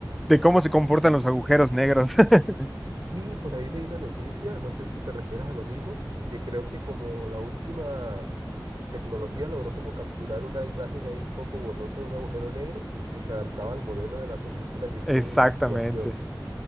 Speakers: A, in the centre; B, on the right.
A: de cómo se comportan los agujeros negros. <laughs>
B: Sí, por ahí leí la noticia, no sé si te refieres a lo mismo, que creo que como la última tecnología logró como capturar una imagen ahí un poco borrosa de un agujero negro y se adaptaba al modelo de la película que hicieron
A: Exactamente.
B: en investigación.